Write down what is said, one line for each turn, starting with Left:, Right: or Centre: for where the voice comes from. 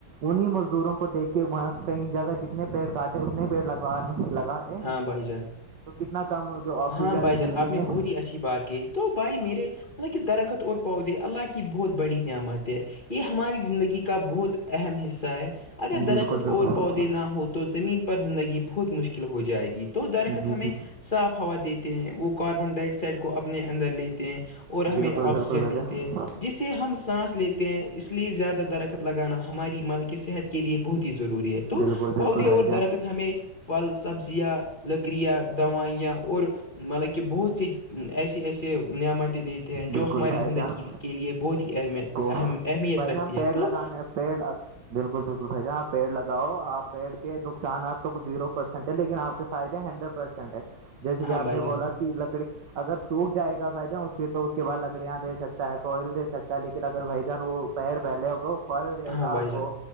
Right: انیں مزدوروں کو دیک کے وہاں کئی جگہ جتنے پیڑ کاٹے اتنے پیڑ لگانے لگاتے
Left: ہاں بھائی جان
Right: تو کتنا کم ہو جو آکسیجن
Left: ہاں بھائی جان
Right: دلی
Left: آپ نے
Right: میں
Left: بہت ہی اچھی بات ہے تو بھائی میرے مطلب کہ درخت اور پؤودے اللہ کی بہت بڑی نعمت ہے یہ ہماری زندگی کا بہت اہم حصہ ہے اگر درخت
Right: بالکل بالکل
Left: اور پودے نہ ہو تو زمین پر زندگی بہت مشکل ہو جائے گی تو درخت
Right: جی
Left: ہمیں
Right: جی
Left: صاف ہوا دیتے ہیں وہ کاربن ڈائی آکسائڈ کو اپنے اندر لیتے ہیں اور ہمیں
Right: بالکل
Left: آکسیجن
Right: بالکل بھائی
Left: دیتے
Right: جان
Left: ہیں جسے ہم سانس لیتے ہیں اس لیے زیادہ درخت لگانا ہماری مالک صحت کے لیے بہت ہی ضروری ہے تو
Right: بالکل بالکل
Left: پودے
Right: بھائی
Left: اور
Right: جان
Left: درخت ہمیں پھل سبزیاں لکڑیاں دوائیاں اور مطلب کہ بہت سی ایسی ایسے نعمتیں دیتے ہیں
Right: بالکل
Left: جو ہماری
Right: بھائی
Left: زندگی
Right: جان
Left: کے لیے بہت ہی اہمیت
Right: کو
Left: اہم
Right: بھائی
Left: رکھتی
Right: جان ہم پیڑ
Left: ہے تو
Right: لگانے پڑ بالکل بالکل بھائی جان پڑ لگ رہا آپ پیڑ کے نقصانات تو ک زیرو پرسینٹ ہے لیکن آپ کے فائدے ہنڈریڈ پرسینٹ ہے جیسے
Left: ہاں
Right: کہ آپ
Left: بھائی
Right: نے
Left: جان
Right: بولا کہ لکڑی اگر سوکھ جائے گا بھائی جان اس سے تو اس کے بعد لکڑیاں دے سکتا ہے کوئل دے سکتا ہے لیکن اگر بھائی جان وہ پیڑ پہلے ہوگ پھل دے
Left: ہاں
Right: گا
Left: بھائی
Right: آپ کو
Left: جان